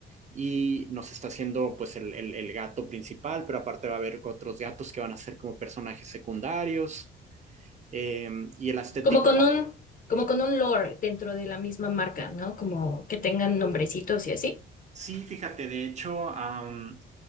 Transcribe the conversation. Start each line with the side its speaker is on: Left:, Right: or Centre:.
Right: y nos está haciendo pues el, el, el, gato principal, pero aparte va a haber otros gatos que van a ser como personajes secundarios. Eh, y el aesthetic.
Left: Como con un, como con un lore dentro de la misma marca, ¿no? Como que tengan nombrecitos y así.
Right: Sí, fíjate, de hecho, um,